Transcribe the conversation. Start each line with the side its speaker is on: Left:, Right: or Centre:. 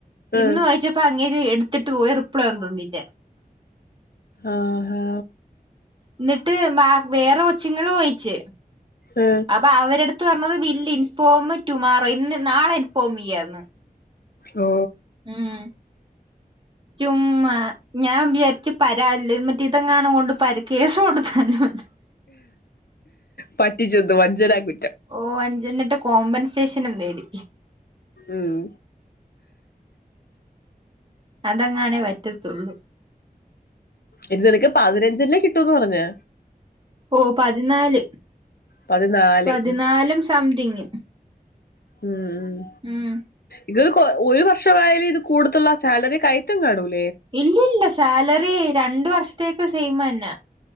Left: ആ
Right: ഇന്ന് വോയിച്ച പ്പോ. അങ്ങേര്. എടുത്തിട്ട് പോയ റിപ്ലൈഒന്നും. തന്നില്ല
Left: ആ, ഹാ
Right: ന്നിട്ട്. ബാ. വേറെ. കൊച്ചുങ്ങള്. വോയിച്
Left: ആ
Right: അപ്പൊ. അവരെടുത്ത്. പർഞ്ഞത്. ബില്ലി. Inform. ടുമാറോ. ഇന്ന്. നാളെ ഇൻഫോം. യ്യാന്ന്
Left: ഓ
Right: മ്മ്. ചുമ്മ. ഞാൻ. വിചാരിച്ചു. പരാ മറ്റേ. ഇതെങ്ങാണും. ഒണ്ട്. പരികേസ് കൊടുത്താലോന്ന്
Left: പറ്റിചെന്ത്‌. വഞ്ചനാ. കു
Right: ഓ. അഞ്ചന്നിട്ട്. കോമ്പൻസേഷനും. തേടി
Left: ഉം
Right: അതെങ്ങാനേ. വറ്റതൊള്ളൂ
Left: ഇനി. നിനിക്ക്. പതിനഞ്ചല്ലേ കിട്ടൂന്ന് പറഞ്ഞേ
Right: ഓ. പതിനാല്.
Left: പതിനാല്
Right: പതിനാലും. സംതിങ്
Left: മ്മ്.
Right: ഉം
Left: ഇത് ഒരു വർഷമായാൽ. ഇത് കൂടത്തൊള്ളൂ സാലറി കയറ്റം കാണു ലെ
Right: ഇല്ലല്ല. സാലറി. രണ്ടു വർഷത്തേക്ക് സെയ്മെന്നെ